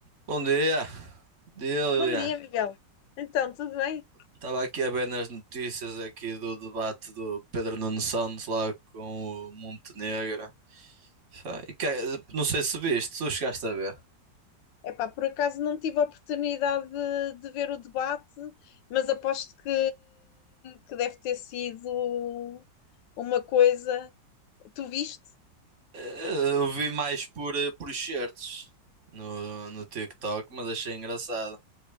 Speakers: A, on the right (about 45°); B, on the left (about 85°).
A: Bom dia, Bom dia Lilian.
B: Bom dia, Miguel. Então, tudo bem?
A: Estava aqui a ver nas notícias aqui do debate do Pedro Nuno Santos lá com o Montenegro. Pá, E que- não sei se viste, tu chegaste a ver.
B: Epá, por acaso não tive a oportunidade de, de ver o debate, mas aposto que, que deve ter sido uma coisa. Tu viste?
A: Eh, Eu vi mais por, eh, por excertos no, no TikTok, mas achei engraçado.